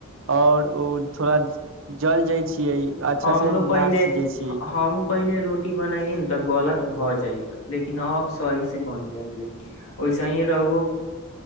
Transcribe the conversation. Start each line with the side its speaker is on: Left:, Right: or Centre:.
Right: आओर उ थोड़ा जल जाय छियै अच्छा
Left: हमर
Right: से
Left: पहिले
Right: ना सीझै छियै
Left: हमु पहिले रोटी बनाये नऽ तऽ गलत भऽ जाइक लेकिन अब सही से बन जाय ले <unintelligible>